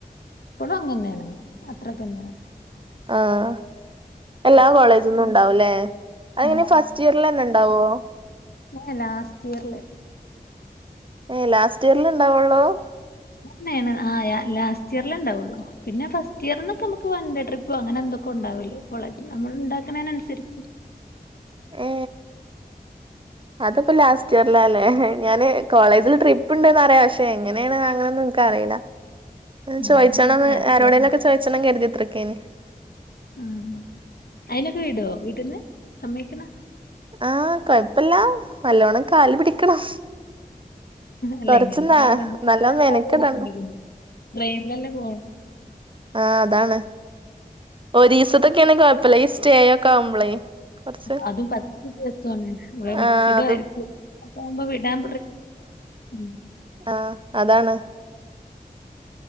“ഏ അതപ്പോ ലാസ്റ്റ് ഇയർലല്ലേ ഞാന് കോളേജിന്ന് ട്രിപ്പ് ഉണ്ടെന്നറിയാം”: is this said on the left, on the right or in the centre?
Right